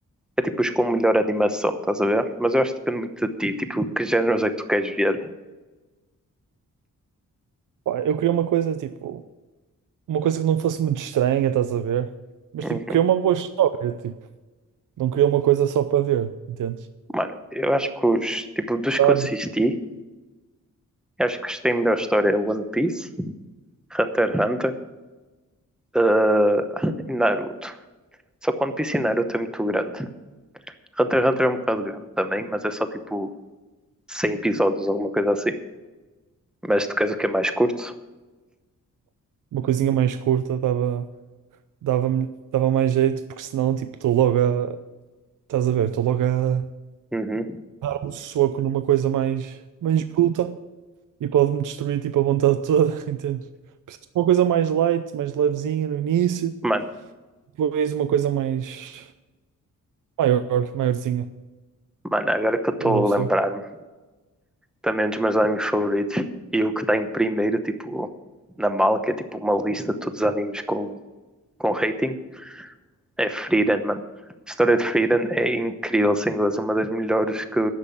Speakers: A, in the centre; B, on the right.
A: é tipo os com melhor animação, estás a ver? Mas eu acho que depende muito de ti, tipo, que géneros é que tu queres ver.
B: Pá, eu queria uma coisa, tipo, uma coisa que não fosse muito estranha, estás a ver? Mas,
A: Uhum.
B: tipo, queria uma boa história, tipo, não queria uma coisa só para ver, entendes?
A: Mano, eu acho que os, tipo, dos que
B: Ah,
A: eu assisti, eu acho que os que têm melhor história é One Piece, Hunter x Hunter, eh, e Naruto. Só que One Piece e Naruto é muito grande. Hunter x Hunter é um bocado grande também, mas é só tipo 100 episódios, alguma coisa assim. Mas tu queres o que é mais curto?
B: Uma coisinha mais curta dava, dava, dava mais jeito, porque senão, tipo, estou logo Estás a ver? Estou logo a dar
A: Uhum.
B: um soco numa coisa mais, mais bruta e pode-me destruir tipo, a vontade toda, <laughs> entendes? Precisas de uma coisa mais light, mais levezinha no início,
A: Mano,
B: depois uma coisa mais maior, maiorzinha.
A: mano, agora que eu estou
B: Estás a perceber?
A: a lembrar-me, também é um dos meus animes favoritos, e o que está em primeiro, tipo, na mala, que é tipo uma lista de todos os animes com, com rating, é Freedom, mano. A história de Freedom é incrível, sem gozo, uma das melhores que,